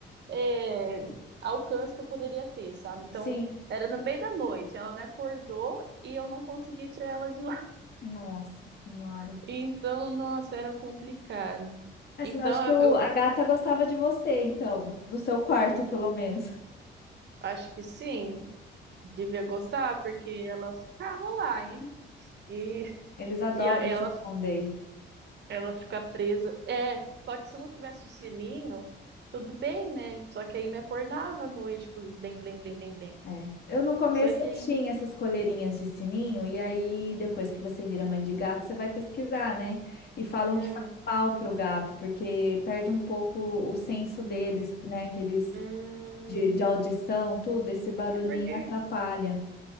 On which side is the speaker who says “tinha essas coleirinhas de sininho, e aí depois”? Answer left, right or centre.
Left